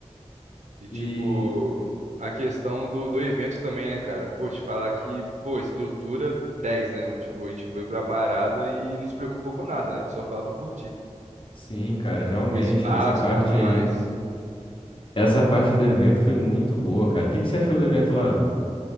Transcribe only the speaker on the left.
E,
sim, cara, realmente,
essa parte
aí,
essa parte do evento foi muito boa, cara. O que que você achou do evento lá?